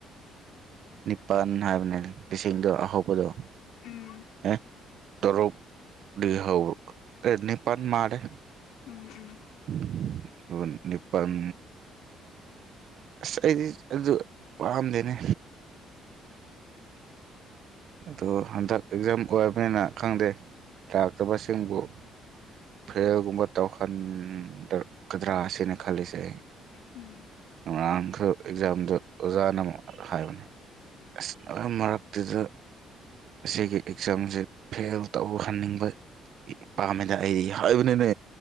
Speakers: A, on the right; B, on the left.
A: ꯅꯤꯄꯜ ꯍꯥꯏꯕꯅꯤ ꯂꯤꯁꯤꯡꯗꯣ ꯑꯍꯧꯕꯗꯣ
B: ꯎꯝ
A: ꯑꯦ ꯇꯔꯨꯛ UNINTELLIGIBLE
B: INAUDIBLE
A: INAUDIBLE ꯅꯤꯄꯜ ꯑꯥꯁ ꯑꯩꯗꯤ ꯑꯗꯨ ꯄꯥꯝꯗꯦꯅꯦ
B: INAUDIBLE
A: ꯑꯥ ꯗꯣ ꯍꯥꯟꯗꯛ ꯑꯦꯛꯖꯥꯝ ꯂꯣꯏꯔꯕꯅꯤꯅ ꯈꯪꯗꯦ ꯂꯥꯛꯇꯕꯁꯤꯡꯕꯨ ꯐꯦꯌꯔꯒꯨꯝꯕ ꯇꯧꯍꯟ ꯗꯛꯀꯗ꯭ꯔꯥ ꯁꯤꯅꯦꯈꯜꯂꯤꯁꯦ
B: ꯎꯝ
A: ꯉꯥꯔꯥꯡꯈꯛ ꯑꯦꯛꯖꯥꯝꯗꯣ ꯑꯣꯖꯥꯅ ꯑꯃꯨꯛ ꯍꯥꯏꯕꯅꯤ ꯑꯥꯁ ꯑꯥꯃꯔꯛꯇꯨꯗ ꯑꯁꯤꯒꯤ ꯑꯦꯛꯖꯥꯝꯖꯦ ꯐꯦꯜ ꯇꯧꯍꯟꯅꯤꯡꯕ ꯑꯥ ꯄꯥꯝꯃꯦꯗ ꯑꯩ ꯍꯥꯏꯕꯅꯤꯅꯦ